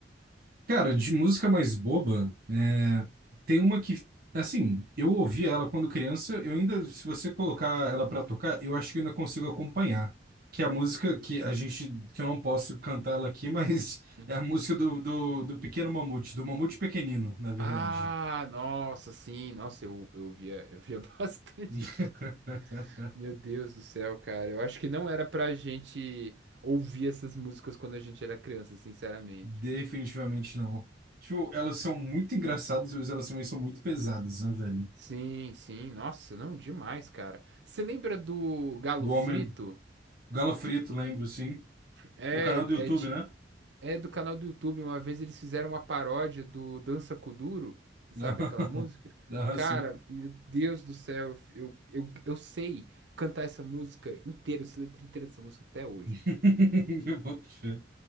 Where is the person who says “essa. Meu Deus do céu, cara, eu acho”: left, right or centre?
Right